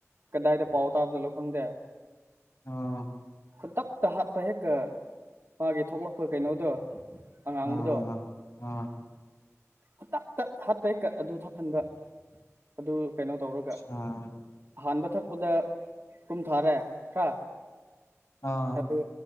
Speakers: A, on the right; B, on the left.
A: ꯀꯗꯥꯏꯗ ꯄꯥꯎ ꯇꯥꯞ ꯆꯂꯣ ꯈꯪꯗꯦ
B: ꯑꯣ
A: ꯈꯨꯟꯇꯛꯇ ꯍꯥꯠꯄ ꯍꯦꯛꯀ ꯃꯥꯒꯤ ꯊꯣꯛꯂꯛꯄ ꯀꯩꯅꯣꯗꯣ ꯑꯉꯥꯡꯕꯗꯣ
B: ꯑ ꯑꯥ
A: ꯈꯨꯗꯛꯇ ꯍꯥꯠꯄ ꯍꯦꯛꯇ ꯑꯗꯨ ꯊꯛꯍꯟꯕ ꯑꯗꯨ ꯀꯩꯅꯣ ꯇꯧꯔꯒ
B: ꯑꯥ
A: ꯑꯍꯥꯟꯕ ꯊꯛꯄꯗ ꯀꯨꯝ ꯊꯥꯔꯦ ꯍꯥ
B: ꯑꯥ
A: ꯑꯗꯨ